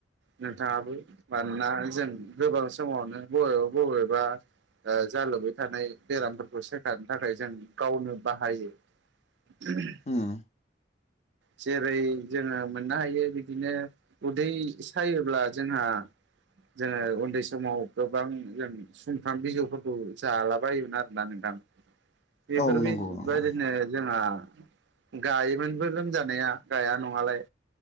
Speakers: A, on the right; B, on the left.
A: नोंथाङाबो मानोना जों गोबां समावनो बबेबा बबेबा जालुबाय थानाय बेरामफोरखौ सोखारनो थाखाय जों गावनो बाहायो। <unintelligible>
B: उम
A: जेरै जोङो मोननो हायो बिदिनो उदै सायोब्ला जोंहा जोङो उन्दै समाव गोबां जों सुमफ्राम बिजौफोरखौ जालाबायायोमोन आरोना नोंथां। बेफोरबायादिनो
B: औ नंगौ नंगौ
A: जोंहा। गायोमोनबो लोमजानाया गाया नङालाय